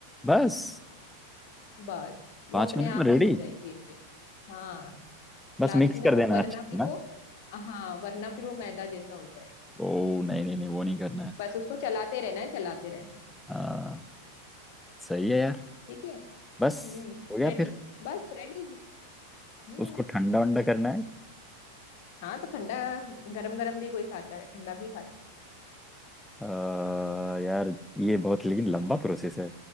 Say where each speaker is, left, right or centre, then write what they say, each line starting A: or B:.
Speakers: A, in the centre; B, on the left (about 50°).
A: बस
B: बस वो
A: पाँच
B: अपने
A: मिनट
B: आप
A: में रेडी
B: ही हो जाएगी एक चीज हाँ
A: बस
B: लास्ट
A: मिक्स
B: में
A: कर
B: वो
A: देना
B: वरना
A: अच्छे से
B: फिर
A: ना
B: वो हाँ वरना फिर वो मैदा जैसा हो जाएगा
A: ओ नहीं नहीं नहीं वो नहीं करना है
B: बस उसको चलाते रहना है चलाते रहना है
A: आ, सही है यार
B: ठीक है
A: बस
B: हम्म
A: हो गया
B: रेडी
A: फिर
B: बस रेडी हम्म
A: उसको ठंडा वंडा करना है
B: हाँ तो ठंडा गरम गरम भी कोई खाता है ठंडा भी खाता
A: अ, यार ये बहुत लेकिन लंबा प्रोसेस है